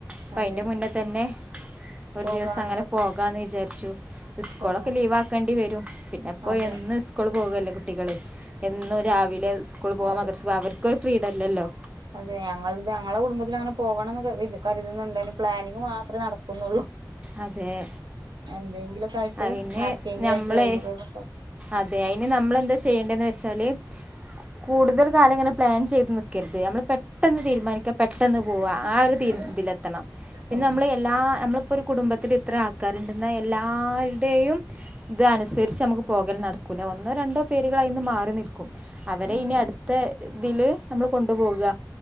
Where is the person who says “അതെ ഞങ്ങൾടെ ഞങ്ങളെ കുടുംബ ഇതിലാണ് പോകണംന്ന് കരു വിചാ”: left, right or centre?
Right